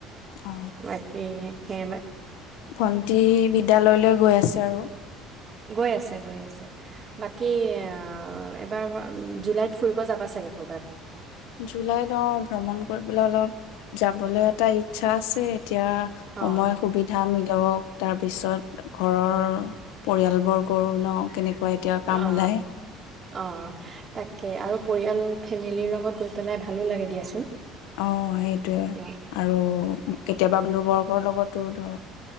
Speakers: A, on the left; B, on the right.
A: অ
B: বাকী হেম
A: ভন্টি বিদ্যয়ালয়লৈ গৈ আছে আৰু।
B: গৈ আছে - গৈ আছে বাকী এইবাৰ জুলাইত ফুৰিব যাবা চাগে ক'ৰবাত?
A: জুলাই অ ', ভ্ৰমণ কৰিবলৈ অলপ যাবলৈ এটা ইচ্ছা। ইচ্ছা আছে এতিয়া
B: অ
A: সময় সুবিধা মিলক। তাৰপিছত ঘৰৰ পৰিয়াল বৰ্গৰ ন কেনেক ক এতিয়া কাম
B: অ
A: ওলাই।
B: অ তাকে আৰু পৰিয়াল ফেমিলিৰ লগত গৈ পেলাই ভালো লাগে দিয়াচোন।
A: অ', সেইটোৱে
B: অ
A: আৰু কেতিয়াবা বন্ধুবৰ্গৰ লগত ত ধ